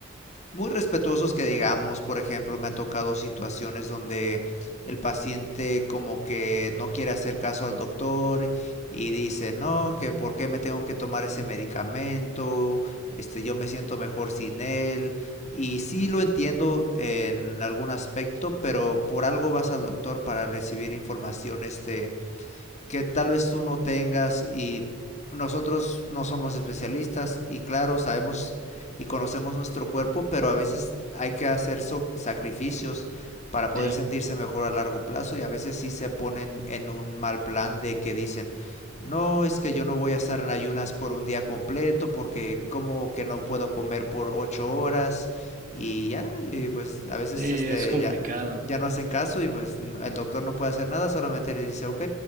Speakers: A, on the left (about 35°); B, on the right (about 40°).
A: muy respetuosos que digamos, por ejemplo, me ha tocado situaciones donde el paciente como que no quiere hacer caso al doctor y dice, no, que por qué me tengo que tomar ese medicamento, este, yo me siento mejor sin él. Y sí lo entiendo en algún aspecto, pero por algo vas al doctor para recibir información este, que tal vez tú no tengas y nosotros no somos especialistas y claro, sabemos y conocemos nuestro cuerpo, pero a veces hay que hacer so sacrificios para poder
B: Sí,
A: sentirse mejor a largo plazo y a veces sí se ponen en un mal plan de que dicen, no, es que yo no voy a estar en ayunas por un día completo porque como que no puedo comer por ocho horas y ya, y pues a veces
B: sí,
A: este
B: es complicado.
A: ya, ya no hacen caso y pues n- el doctor no puede hacer nada, solamente les dice, ok,